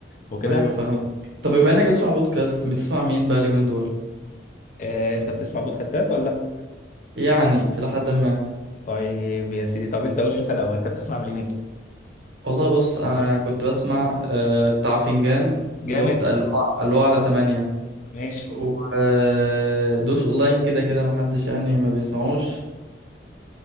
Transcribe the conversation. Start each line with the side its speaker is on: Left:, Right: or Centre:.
Left: وكده
Right: ايوه فاهم طب بما انك بتسمع بودكاست بتسمع مين بقى اليومين دول
Left: آه، انت بتسمع بودكاستات ولا لأ؟
Right: يعني الى حد ما
Left: طيب يا سيدي طب انت قول لي انت الاول انت بتسمع لمين
Right: والله بص انا كنت بسمع آه، بتاع فنجان
Left: جامد
Right: اللي هو بتاع اللي هو اللي هو على تمانية
Left: ماشي
Right: ودوس اونلاين كده كده محدش يعني ما بيسمعوش